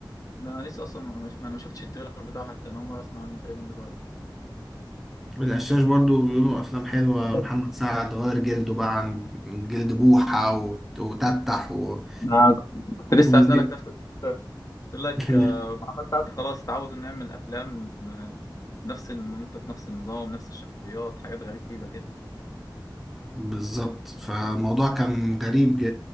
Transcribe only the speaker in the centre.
القشاش برضو بيقولوا أفلام حلوة
محمد سعد غير جلده بقى عن من جلد بوحة وت- وتتح و...
وال-
<laughs>
بالظبط فالموضوع كان غريب ج-